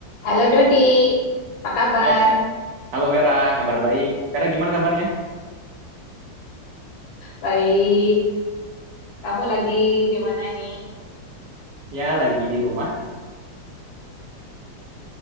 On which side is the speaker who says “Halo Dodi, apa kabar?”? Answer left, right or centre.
Left